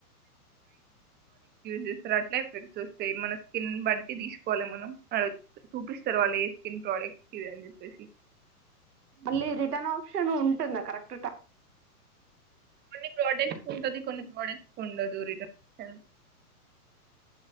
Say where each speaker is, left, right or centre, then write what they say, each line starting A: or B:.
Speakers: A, on the right; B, on the right.
A: చేస్తారు అట్లా ఎఫెక్ట్ వస్తాయి మన స్కిన్ బట్టి తీసుకోవాలి మనం ప్రోడక్ట్స్ చూపిస్తారు వాళ్ళు ఏ స్కిన్ ప్రోడక్ట్ ఇది అని చెప్పేసి
B: మళ్ళీ రిటర్న్ ఆప్షన్ ఉంటుందా కరెక్ట్ టై
A: కొన్ని ప్రోడక్ట్స్ ఉంటది కొన్ని ప్రోడక్ట్స్ ఉండదు రిటర్న్ అ